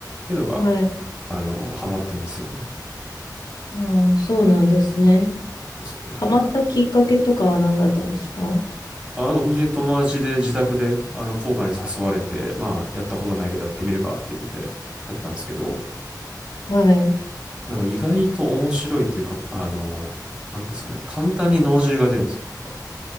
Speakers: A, on the right; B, on the left.
A: ていうのが、
B: はい。
A: あの、ハマってますよね。
B: ああそうなんですね。
A: そうですよね。
B: ハマったきっかけとかは何だったんですか
A: あ、本当に友達で自宅で、あの、ポーカーに誘われて、まあ、やったことないけどやってみるかっていうので、やったんですけど、
B: はい。
A: なんか意外と面白いっていうか、あの、なんですかね、簡単に脳汁が出るんですよね。